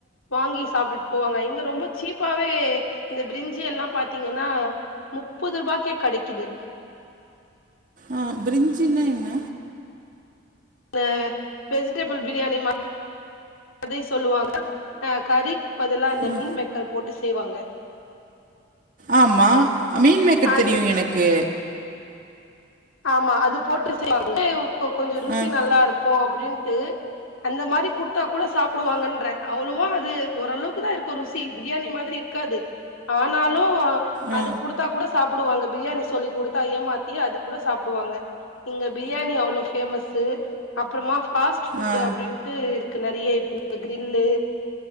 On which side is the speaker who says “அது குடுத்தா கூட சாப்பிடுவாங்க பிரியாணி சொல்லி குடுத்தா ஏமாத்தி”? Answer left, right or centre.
Left